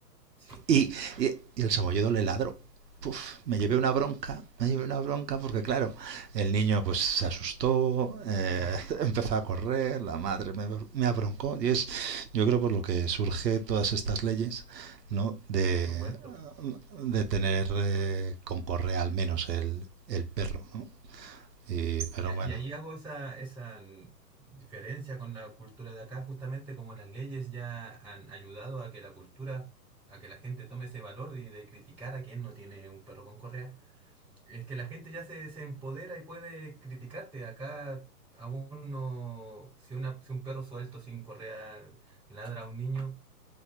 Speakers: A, in the centre; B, on the right.
A: sí,
B: y, y, y el samoyedo le ladró. Uf, me llevé una bronca, me llevé una bronca porque claro, el niño pues se asustó, eh, <laughs> empezó a correr, la madre me, me, abroncó y es, yo creo por lo que surge todas estas leyes, ¿no? De,
A: por supuesto.
B: de tener eh, con correa al menos el, el perro, ¿no? Y, pero
A: Y, a-
B: bueno,
A: y ahí hago esa, esa mm, diferencia con la cultura de acá, justamente como las leyes ya han ayudado a que la cultura, a que la gente tome ese valor y de criticar a quien no tiene un perro con correa. Es que la gente ya se, se empodera y puede criticarte. Acá aún no, si, una, si un perro suelto sin correa ladra a un niño,